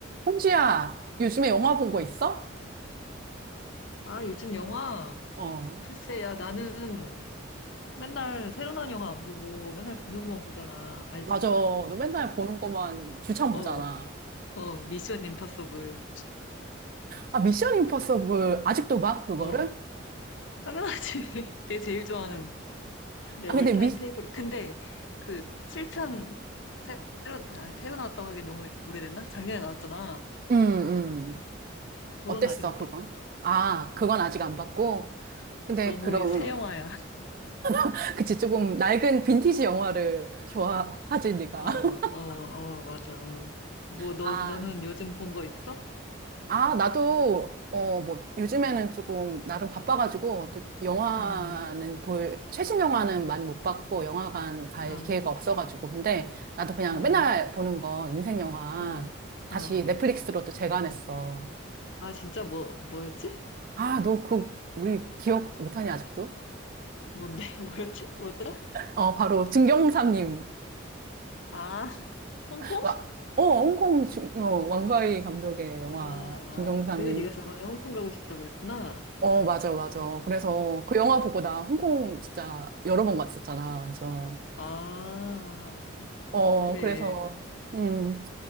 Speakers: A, on the right; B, on the left.
A: 홍지야 요즘에 영화 본 거 있어?
B: 아, 요즘 영화?
A: 어,
B: 글쎄, 야, 나는 맨날 새로 나온 영화 안 보고 맨날 보는 것만 보잖아. 알지?
A: 맞아. 너 맨날 보는 거만 주창
B: 어,
A: 보잖아.
B: 어, 미션 임파서블.
A: 아, 미션 임파서블 아직도 봐? 그거를?
B: 어, 당연하지. <laughs> 내 제일 좋아하는 내
A: 아,
B: 올타임
A: 근데 미,
B: 페이보릿. 근데 그 7편 새로, 아, 새로 나왔다고 하기 너무 오래됐나? 작년에 나왔잖아.
A: 음, 음.
B: 그건
A: 어땠어,
B: 아직 못
A: 그건?
B: 봤어.
A: 아, 그건 아직 안 봤고. 근데
B: 너무
A: 그럼,
B: 새 영화야. <laughs>
A: <laughs> 그치, 조금 낡은 빈티지 영화를 좋아하지, 네가.
B: 어, 어,
A: <laughs>
B: 어, 맞아. 어. 뭐, 너,
A: 아,
B: 너는 요즘 본 거 있어?
A: 아, 나도, 어, 뭐, 요즘에는 조금, 나름 바빠가지고, 또, 영화는
B: 응,
A: 볼, 최신 영화는 많이 못 봤고, 영화관 갈
B: 어,
A: 기회가 없어가지고, 근데, 나도 그냥
B: 응,
A: 맨날 보는 거, 인생 영화,
B: 어,
A: 다시
B: 어.
A: 넷플릭스로 또 재관했어.
B: 아, 진짜 뭐, 뭐였지?
A: 아, 너 그, 우리 기억 못하니, 아직도?
B: 뭔데? <laughs> 뭐였지? 뭐였더라?
A: 어, 바로, 증경삼님.
B: 아, 홍콩?
A: 와, 어, 홍콩 중, 어, 왕가위 감독의 영화,
B: 아, 아,
A: 증경삼님.
B: 그래서 네가 저번에 홍콩 가고 싶다고 했구나.
A: 어, 맞아, 맞아. 그래서 그 영화 보고 나 홍콩 진짜 여러 번 갔었잖아, 완전.
B: 아,
A: 어,
B: 그래.
A: 그래서, 음,